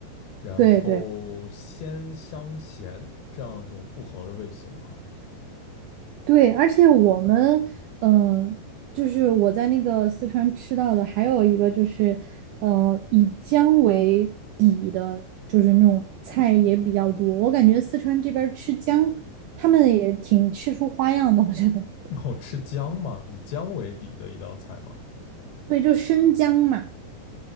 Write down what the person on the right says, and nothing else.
对对。对，而且我们，嗯、就是我在那个四川吃到的，还有一个就是，嗯、以姜为底的，就是那种菜也比较多。我感觉四川这边儿吃姜，他们也挺吃出花样的，我觉得。
对，就生姜嘛，